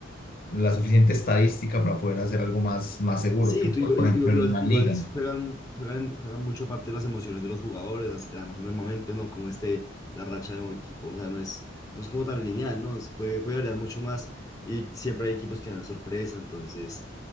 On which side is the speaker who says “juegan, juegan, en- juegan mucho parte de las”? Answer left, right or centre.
Left